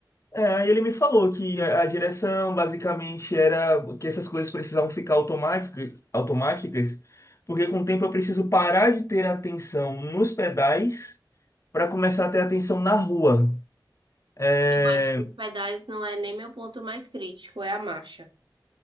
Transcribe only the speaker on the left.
É, aí ele me falou que a, a direção basicamente era que essas coisas precisavam ficar automática, automáticas, porque com o tempo eu preciso parar de ter atenção nos pedais para começar a ter atenção na rua. É,